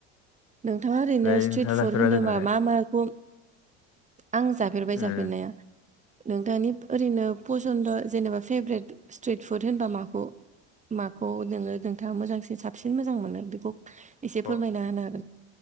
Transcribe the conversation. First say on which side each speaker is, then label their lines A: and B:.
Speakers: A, on the right; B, on the left.
A: नोंथाङा ओरैनो
B: ओमफ्राय
A: स्ट्रिट
B: नोंथाङा
A: फुड
B: जाफेरबाय
A: होन्दोंबा
B: जाफेराखै
A: मा माखौ आं जाफेरबाय जाफेरनाया
B: ओ
A: नोंथांनि ओरैनो पसन्द' जेनेबा फेभ्रेट स्ट्रिट फुड होनबा माखौ माखौ नोङो नोंथाङा मोजांसिन साबसिन मोजां मोनो बेखौ एसे
B: अ
A: फोरमायना
B: उम
A: होनो हा‌